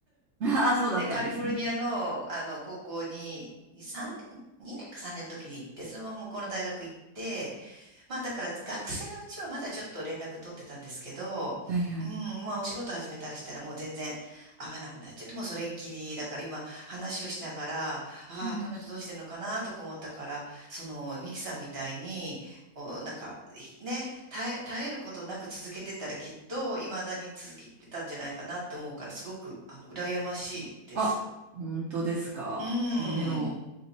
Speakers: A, on the right (about 60°); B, on the right (about 40°).
A: <laughs> ああ、そうだったんですね。
B: で、カリフォルニアの、あの、高校に、さんねんに3年、2年か3年の時に行って、そのまま向こうの大学行って、まあだから学生のうちはまだちょっと連絡取ってたんですけど、
A: はいはい。
B: うん、まあお仕事始めたりしたらもう全然会わなくなっちゃって、もうそれっきり、だから今話をしながら、ああ、
A: はいはい。
B: 彼女どうしてんのかなとか思ったから、そのミキさんみたいに、こうなんかね、耐え、耐えることなく続けてたらきっと未だに続けてたんじゃないかなって思うから、すごくあの羨ましいです。
A: あ、本当ですか。
B: うん、
A: まあでも、